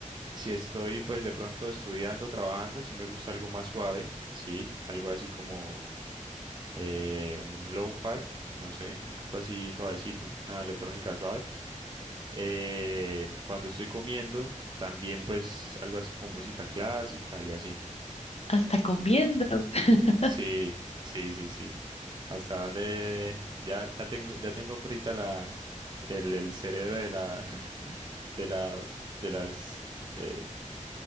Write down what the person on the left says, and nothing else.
hasta comiendo. <laughs>